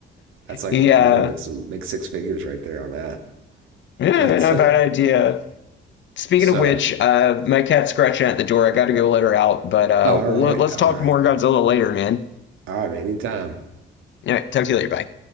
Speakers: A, on the right (about 90°); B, on the left (about 70°).
A: That's like,
B: yeah,
A: I mean, you can make some make six figures right there on that.
B: not
A: But <laughs> uh,
B: a bad idea. Speaking
A: so,
B: of which, uh, my cat's scratching at the door. I got to go let her out, but uh,
A: all
B: l-
A: right,
B: let's
A: all
B: talk
A: right,
B: more Godzilla later, man.
A: all right, anytime.
B: All right, talk to you later. Bye.